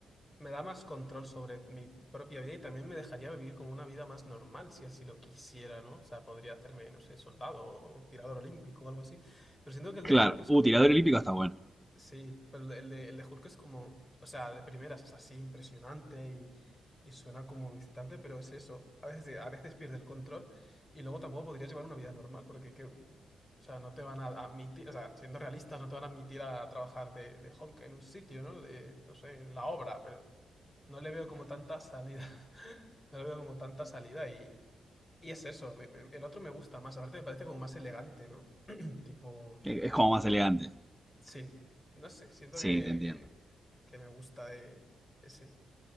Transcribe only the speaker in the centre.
Claro,
uh,
tirador olímpico está bueno.
Es es como más elegante.
Sí,
te entiendo.